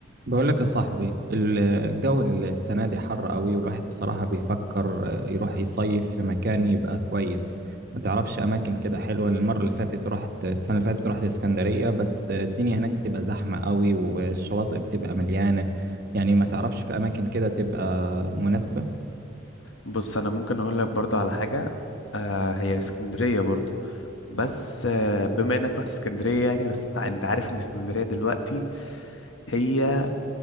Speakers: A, on the right (about 50°); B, on the left (about 80°).
A: بقول لك يا صاحبي الجو السنة دي حر قوي والواحد بصراحة بيفكر يروح يصيف في مكان يبقى كويس ما تعرفش أماكن كده حلوة المرة اللي فاتت رحت السنة اللي فاتت رحت اسكندرية بس الدنيا هناك بتبقى زحمة قوي والشواطئ بتبقى مليانة يعني ما تعرفش في أماكن كده تبقى مناسبة
B: بص انا ممكن اقول لك برضو على حاجه آه هي اسكندريه برضو بس آه بما انك رحت اسكندريه يعني بس تع- انت عارف ان اسكندريه دلوقتي هي